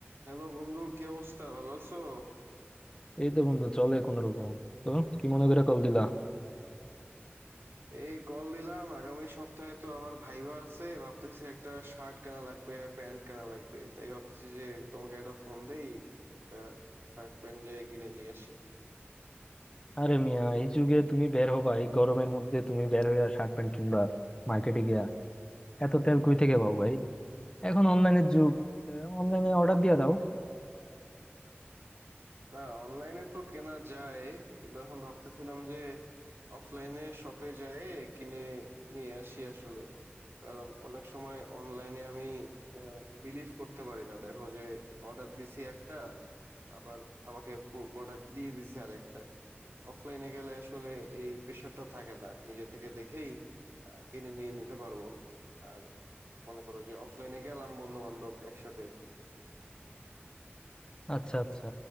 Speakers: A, on the right; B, on the left.
A: Hello বন্ধু কি অবস্থা ভালো আছো
B: এই তো বন্ধু চলে কোন রকম তো কি মনে করে কল দিলা
A: এই কল দিলাম আগামী সপ্তাহে তো আমার ভাইবা আছে ভাবতেছি একটা শার্ট কেনা লাগবে প্যান্ট কেনা লাগবে তাই ভাবতেছি যে তোমাকে একটা ফোন দেই একটা শার্ট প্যান্ট যাই কিনে নিয়ে আসি
B: আরে মিয়া এই যুগে তুমি বের হবা এই গরমের মধ্যে তুমি বের হইয়া শার্ট প্যান্ট কিনবা মার্কেটে গিয়া এত তেল কই থেকে পাও ভাই এখন অনলাইনের যুগ অনলাইনে অর্ডার দিয়া দাও
A: না অনলাইনে তো কেনা যায় কিন্তু এখন ভাবতেছিলাম যে অফলাইনে শপে যায় কিনে নিয়ে আসি আসলে কারণ অনেক সময় অনলাইনে আমি বিলিভ করতে পারি না দেখো যে অর্ডার দিছি একটা আবার আমাকে প্রোডাক্ট দিয়ে দিছে আর একটা অফলাইনে গেলে আসলে এই প্রেশারটা থাকে না নিজে থেকে দেখেই আহ, কিনে নিয়ে নিতে পারবো আর মনে করো যে অফলাইনে গেলাম বন্ধু বান্ধব একসাথে
B: আচ্ছা আচ্ছা